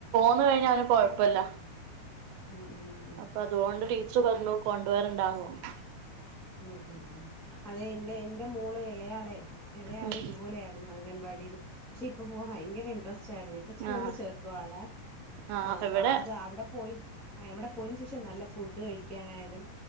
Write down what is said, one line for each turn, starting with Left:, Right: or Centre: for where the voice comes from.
Right: അത് കഴിഞ്ഞാവന് കൊഴപ്പല്ല
Centre: ഉം ഉം ഉം
Right: അപ്പൊ അതുകൊണ്ട് ടീച്ചറ് പറഞ്ഞു കൊണ്ടുവരണ്ടാന്ന് പറഞ്ഞു
Centre: ഉം ഉം ഉം അതെ എന്റെ എന്റെ മോള് ഇളയാളെ ഇളയാളിതുപോലെയായിരുന്നു
Right: ഉം
Centre: അംഗൻവാടിയില് പക്ഷെ ഇപ്പൊപോവാൻ ഭയങ്കര ഇൻട്രസ്റ്റാ ച്ചായിരുന്നു ഇപ്പൊ സ്കൂളില്
Right: ആഹ്
Centre: ചേർത്തു ആളെ
Right: ആഹ്
Centre: ആ അപ്പൊ
Right: ഇവിടെ
Centre: അത് അവിടെപ്പോയി ആ അവിടെ പോയന്ശേഷാ നല്ല ഫുഡ്ഡ് കഴിക്കാനായാലും